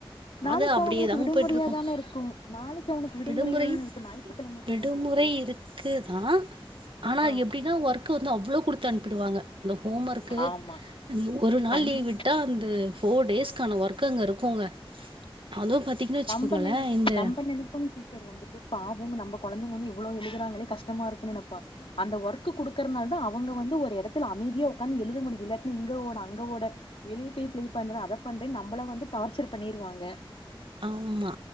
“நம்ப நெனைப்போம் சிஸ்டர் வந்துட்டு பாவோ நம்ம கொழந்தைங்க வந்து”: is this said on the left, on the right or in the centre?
Left